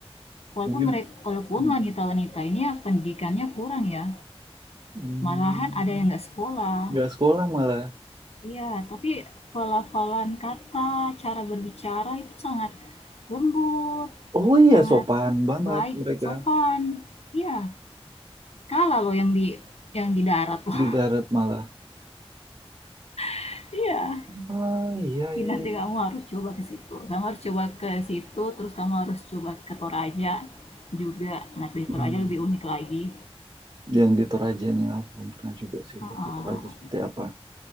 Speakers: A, on the left (about 80°); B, on the right (about 50°).
A: Walaupun
B: Mungkin
A: mereka, walaupun
B: mm,
A: wanita-wanita ini ya pendidikannya kurang ya,
B: mm.
A: malahan ada yang nggak sekolah.
B: nggak sekolah malah.
A: Iya, tapi pelafalan kata, cara berbicara itu sangat lembut,
B: Oh iya,
A: sangat
B: sopan banget
A: baik,
B: mereka
A: sopan. Iya, kalah loh yang di yang di darat loh.
B: di darat malah.
A: <laughs> Iya.
B: Ah iya
A: Jadi
B: iya.
A: nanti
B: iya.
A: kamu harus coba ke situ. Kamu harus coba ke situ, terus kamu harus coba ke Toraja juga. Nah, di
B: Hmm.
A: Toraja lebih unik lagi.
B: Yang di Torajanya aku belum pernah juga sih
A: Ah,
B: lihat di Toraja seperti apa.